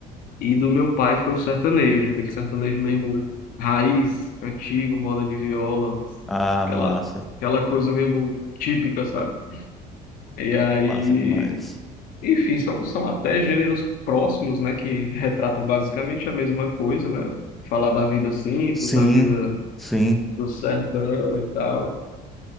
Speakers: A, on the left (about 55°); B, in the centre.
A: E do meu pai foi o sertanejo, aquele sertanejo mesmo raiz, antigo, moda de viola,
B: Ah,
A: aquela,
B: massa.
A: aquela coisa mesmo típica, sabe? E aí,
B: Massa demais.
A: enfim, são, são até gêneros próximos, né, que retratam basicamente a mesma coisa, né? Falar da vida simples,
B: Sim,
A: da vida
B: sim.
A: do sertão e tal.